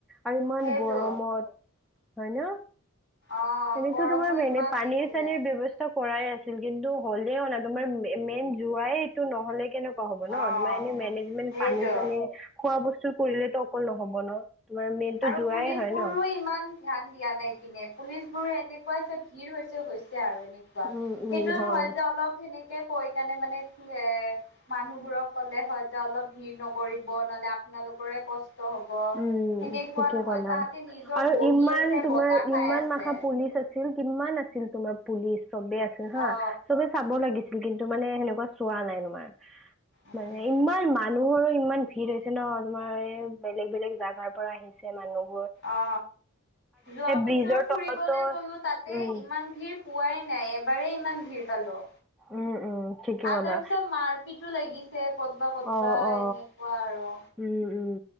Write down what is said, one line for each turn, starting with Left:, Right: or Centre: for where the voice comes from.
Centre: আৰু ইমান
Left: সেইটো
Centre: গৰমত হয় ন
Left: অ'
Centre: এনেতো
Left: গৰমো
Centre: তোমাৰ মেনে
Left: ইমান
Centre: পানীৰ
Left: দিছিলে
Centre: চানীৰ ব্যৱস্থা কৰাই আছিল কিন্তু হ'লে অনা তোমাৰ মেইন যোৱাইটো নহ'লে কেনেকুৱা হব ন
Left: অ'
Centre: তোমাৰ এনে মেনেজমেন্ট
Left: সেইটো।
Centre: পানী চানী খোৱা বস্তু কৰিলে তো অকল নহব ন তোমাৰ মেইনটো
Left: আৰু
Centre: যোৱাই
Left: পুলিচ
Centre: হয়
Left: বোৰো
Centre: ন
Left: ইমান ধ্যান দিয়া নাই পিনে পুলিচ বোৰৰে এনেকুৱা চব ভিৰ হৈছে হৈছে আৰু এনেকুৱা
Centre: উম উম
Left: সেইটোও
Centre: হয়
Left: নহয় যে অলপ সেনে কৈ কাৰণে মানে কি এ মানুহবোৰক ক'লে হয় যে অলপ ভিৰ নকৰিব নহলে আপু আপোনালোকৰে কষ্ট হ'ব।
Centre: উম
Left: সেনেকুৱা
Centre: ঠিকে
Left: নহয়
Centre: কলা
Left: তাহাঁতে নিজৰ
Centre: আৰু
Left: বহি
Centre: ইমান
Left: আছে
Centre: তোমাৰ
Left: বতাহ খাই
Centre: ইমান
Left: আছে
Centre: মাখা পুলিচ আছিল। কিমান আছিল তোমাৰ পুলিচ চবে আছিল হা
Left: অ
Centre: চবে চাব লাগিছিল কিন্তু মানে সেনেকুৱা চোৱা নাই তোমাৰ
Left: উম
Centre: মানে ইমান মানুহৰ ইমান ভিৰ হৈছে ন তোমাৰ এই বেলেগ বেলেগ জাগাৰ পৰা আহিছে মানুহ
Left: অ যোৱা বছৰ
Centre: ব্ৰিজৰ
Left: ফুৰিবলে
Centre: তলতো
Left: গলো তাতে
Centre: উম
Left: ইমান ভিৰ পোৱাই নাই এবাৰেই ইমান ভিৰ পালোঁ
Centre: উম উম ঠিকে
Left: আৰু
Centre: ক'লা
Left: তাৰ পিছত মাৰপিটো লাগিছে কতবা ক'তবা
Centre: অ অ
Left: এনেকুৱা আৰু
Centre: উম উম